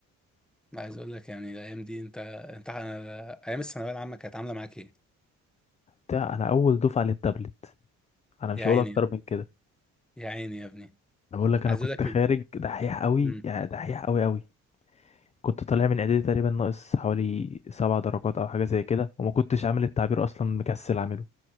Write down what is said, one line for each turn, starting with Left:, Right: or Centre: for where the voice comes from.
Centre: عايز اقول لك يعني الايام دي انت انت ايام الثانويه العامه كانت عامله معاك ايه
Left: بتاع انا اول دفعه للتابلت انا مش
Centre: يا
Left: هقول
Centre: عيني
Left: اكتر
Centre: يا ابني
Left: من كده
Centre: يا عيني يا ابني
Left: انا بقول لك انا
Centre: عايز
Left: كنت
Centre: اقول لك
Left: خارج
Centre: ال-
Left: دحيح قوي
Centre: مم.
Left: يعني دحيح قوي قوي كنت طالع من اعدادي تقريبا ناقص حوالي سبع درجات او حاجه زي كده وما كنتش عامل التعبير اصلا مكسل عامله